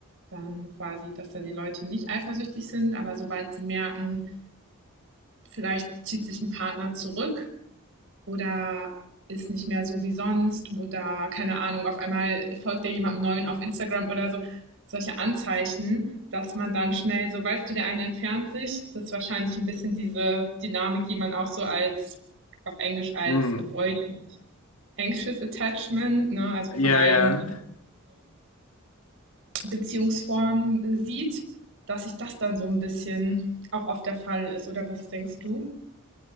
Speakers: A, on the right; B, on the left.
A: dann quasi, dass dann die Leute nicht eifersüchtig sind, aber sobald sie merken, vielleicht zieht sich ein Partner zurück oder ist nicht mehr so wie sonst oder keine Ahnung, auf einmal folgt er jemandem Neuen auf Instagram oder so. Solche Anzeichen, dass man dann schnell so, weißt du, der eine entfernt sich. Das ist wahrscheinlich ein bisschen diese Dynamik, die man auch so als auf Englisch als
B: Hm.
A: Avoid Anxious Attachment, ne, also vermeidende
B: Ja, ja.
A: Beziehungsformen sieht, dass sich das dann so ein bisschen auch oft der Fall ist. Oder was denkst du?